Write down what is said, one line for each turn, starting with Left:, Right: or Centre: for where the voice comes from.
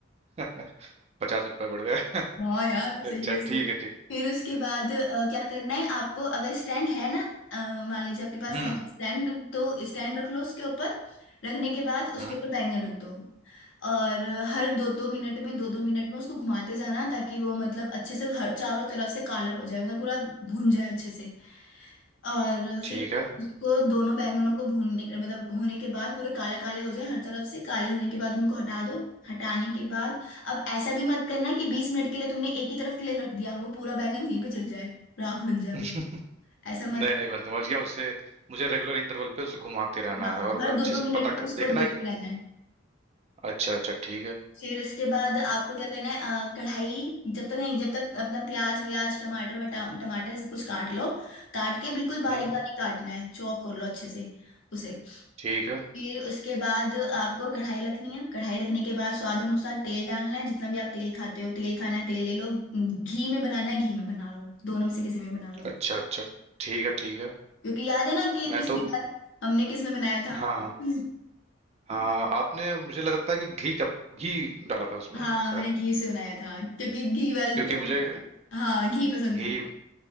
Right: <laughs> पचास रुपए बढ़ गए <laughs>
Left: हाँ यार सीरियसली
Right: अच्छा ठीक है ठीक
Left: फिर उसके बाद अ, क्या करना है आपको अगर स्टैंड है ना अ, मान लीजिए आपके पास
Right: हम्म
Left: है स्टैंड तो स्टैंड रख लो उसके ऊपर रखने के बाद उसके
Right: हम्म
Left: ऊपर बैंगन रख दो और हर दो दो मिनट में दो दो मिनट में उसको घुमाते जाना ताकि वो मतलब अच्छे से हर चारों तरफ से काला हो जाए मतलब पूरा भुन जाए अच्छे से और
Right: ठीक
Left: फिर
Right: है
Left: उसको दोनों बैंगनों को भूनने मतलब होने के बाद पूरे काले काले हो जाए हर तरफ से काले होने के बाद उनको हटा दो हटाने के बाद अब ऐसा भी मत करना कि बीस मिनट के लिए तुमने एक ही तरफ के लिए रख दिया वो पूरा बैंगन वहीं पे जल जाए राख बन जाए
Right: <laughs>
Left: वो ऐसा मत
Right: नहीं नहीं
Left: करना।
Right: मैं समझ गया उसे मुझे रेगुलर इंटरवल पे उसे घुमाते रहना
Left: हाँ
Right: है और
Left: हर दो
Right: अच्छे
Left: दो
Right: से
Left: मिनट
Right: पता कर,
Left: में उसको
Right: देखना
Left: देखते
Right: है क्यों
Left: रहना है
Right: अच्छा अच्छा ठीक है
Left: फिर उसके बाद आपको क्या करना है अ, कढ़ाई जब तक नहीं जब तक अपना प्याज व्याज टमाटर वटा टमाटर से कुछ काट लो काट के बिल्कुल बारीक
Right: हम्म
Left: बारीक काटना है चॉप कर लो अच्छे से उसे
Right: ठीक है
Left: फिर उसके बाद आपको कढ़ाई रखनी है कढ़ाई रखने के बाद स्वाद अनुसार तेल डालना है जितना भी आप तेल खाते हो तेल खाना है तेल ले लो घी में बनाना है घी में बना लो दोनों में से किसी में बना लो
Right: अच्छा अच्छा ठीक है ठीक है
Left: क्योंकि याद है ना कि
Right: मैं
Left: पिछली
Right: तो
Left: बार हमने किस में बनाया था
Right: हाँ
Left: <laughs>
Right: हाँ आपने मुझे लगता है कि घी का घी डाला था उसमें
Left: हाँ
Right: शायद
Left: मैंने घी से बनाया था क्योंकि घी वाल
Right: क्योंकि
Left: तो
Right: मुझे
Left: हाँ घी पसंद
Right: घी
Left: था